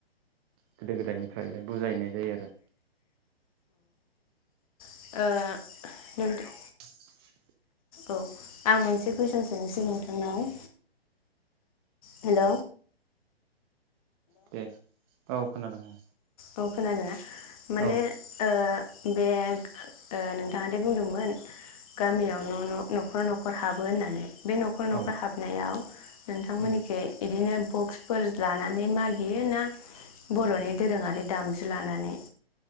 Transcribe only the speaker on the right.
गोदो गोदायनिफ्रायनो बुजायनाय जायो आरो।
<unintelligible>
दे औ। खोनादों औ।
औ
औ
उम